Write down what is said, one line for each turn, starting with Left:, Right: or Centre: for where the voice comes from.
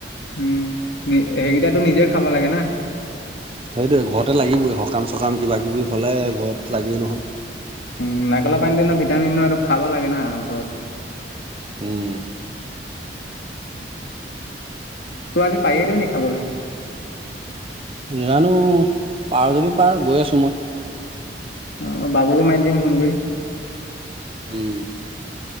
Left: উম সে সেইকেইটাতো নিজে খাব লাগে না?
Right: সেইটোৱেই ঘৰতে লাগিবই, সকাম-চকাম কিবা কিবি হ'লে ঘৰত লাগেই নহয়।
Left: উম নাৰিকলৰ পানীটো এনেও ভিটামিন ন সেইটো খাব লাগে না ঘৰত।
Right: উম।
Left: তোৰ আজি পাৰিয়ে দিওঁ নি খাবলে?
Right: জানো! পাৰ যদি পাৰ গৈ আছোঁ মই।
Left: অ মই বাবুকো মাতি দিম ফোন কৰি।
Right: উম।